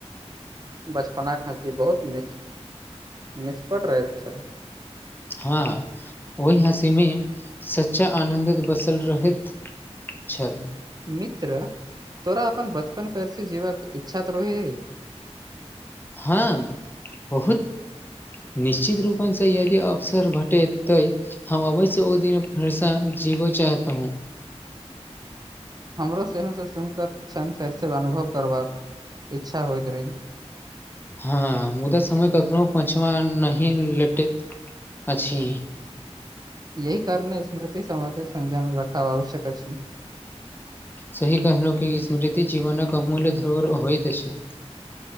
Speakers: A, on the right; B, on the left.
A: बचपना खसी बहुत निष <unintelligible> निष्पट रहैत छलै
B: हँ ओहि हँसी मे सच्चा आनंद बसल रहैत छल
A: मित्र तोरा अपन बचपन फेर से जीवाके इच्छा तऽ रहै है
B: हम <unintelligible> बहुत निश्चित रूपसँ यदि अवसर भटेत त हम अबै से ओ दिन फेरसँ जीबै चाहत हूं
A: हमरो सेहो से सुन क छन अनुभव करबाक इच्छा होइत रहे
B: हँ मुदा समय कखनो पशिमा नहि लेटैत अछि
A: यही कारणे स्मृति समक संजान रखा आवश्यक अछि।
B: सही कहलौं कि ई स्मृति जीवनक अमूल्य धरोहर होइत अछि